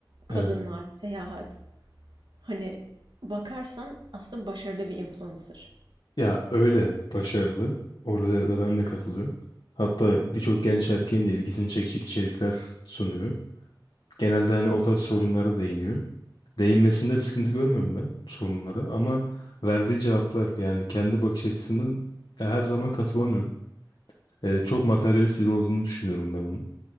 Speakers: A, on the right; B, on the left.
A: kadınlar,
B: Evet.
A: seyahat. Hani, bakarsan aslında başarılı bir influencer.
B: Ya öyle başarılı. Orada da ben de katılıyorum. Hatta birçok genç erkeğin de ilgisini çekecek içerikler sunuyor. Genelde hani o tarz sorunlara değiniyor. Değinmesinde bir sıkıntı görmüyorum ben sorunlara ama verdiği cevaplar yani kendi bakış açısının ya her zaman katılamıyorum. Ee, çok materyalist biri olduğunu düşünüyorum ben onun.